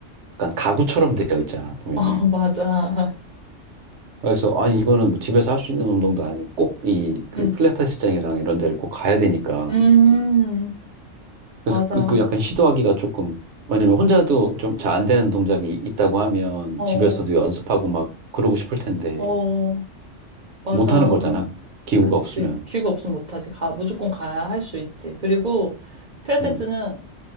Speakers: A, on the right (about 65°); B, on the right (about 45°).
A: 약간 가구처럼 되어 있잖아, 보면.
B: <laughs> 어, 맞아.
A: 그래서 아니 이거는 뭐 집에서 할 수 있는 운동도 아니고 꼭 이 그
B: <laughs>
A: 필라테스장이랑 이런 데를 꼭 가야 되니까.
B: 응, 음,
A: 그래서
B: 맞아.
A: 그그 약간 시도하기가 조금 왜냐면 혼자도 좀 잘 안 되는 동작이 있다고 하면
B: 어,
A: 집에서도 연습하고 막 그러고 싶을 텐데
B: 어, 맞아.
A: 못하는 거잖아. 기구가
B: 그치.
A: 없으면.
B: 기구 없으면 못하지. 가, 무조건 가야 할 수 있지. 그리고 필라테스는
A: 음.